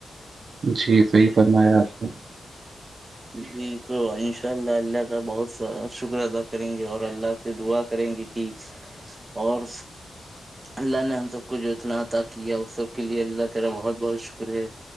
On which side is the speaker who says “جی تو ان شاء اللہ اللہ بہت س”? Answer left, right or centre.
Right